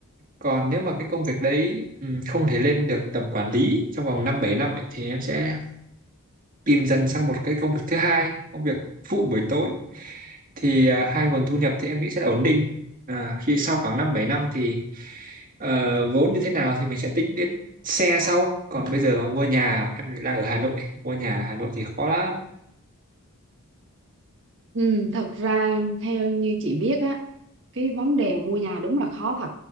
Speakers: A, on the right (about 40°); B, on the right (about 60°).
A: còn nếu mà cái công việc đấy ừm, không thể lên được tầm quản lý trong vòng 5 7 năm ấy, thì em sẽ tìm dần sang một cái công việc thứ hai công việc phụ buổi tối thì à, hai nguồn thu nhập thì em nghĩ sẽ là ổn định à, khi sau khoảng 5 7 năm thì Ờ, vốn như thế nào thì mình sẽ tính đến xe sau còn bây giờ mua nhà em lại đang ở Hà Nội mua nhà ở Hà Nội thì khó lắm
B: Ừ, thật ra theo như chị biết á cái vấn đề mà mua nhà đúng là khó thật